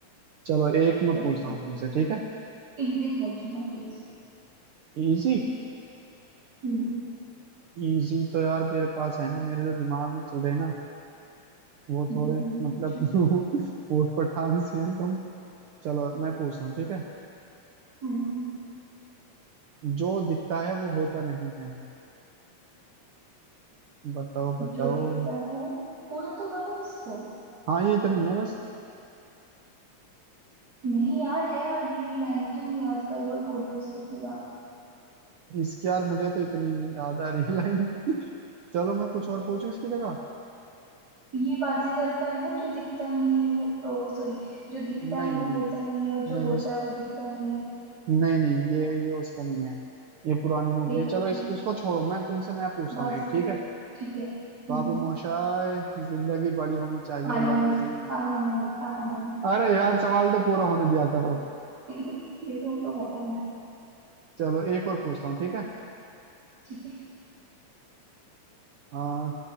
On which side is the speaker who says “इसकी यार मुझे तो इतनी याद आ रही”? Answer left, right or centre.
Right